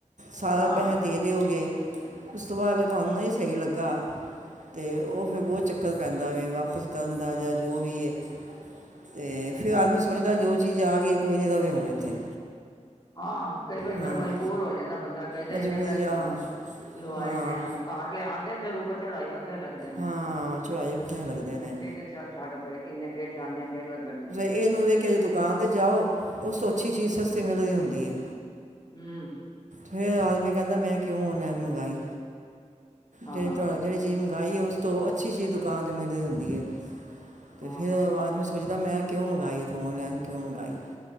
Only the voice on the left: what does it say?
ਹਾਂ
ਹਾਂ, ਕਈ ਵਾਰੀ ਫੇਰ
ਮਜਬੂਰ ਹੋ ਜਾਂਦਾ ਬੰਦਾ, ਕਈਦੈ
ਇੰਨੇ ਪੈਸੇ
ਹੁਣ ਲਵਾਏ
ਨੇ ਅਲ ਘਰ ਲਿਆਣ ਦੇ ਫਿਰ ਉੱਪਰ ਚੜਾਈ ਵਖ ਰੇ ਲੱਗਦੇ ਨੇ।
ਫੇਰ ਕਈ ਦੈ ਛੱਡ ਪਰੇ ਇੰਨੇ ਫੇਰ ਜਾਂਦੀਆਂ ਫੇਰ ਲੱਗਣਗੇ।
ਹੂੰ।
ਹਾਂ
ਹਾਂ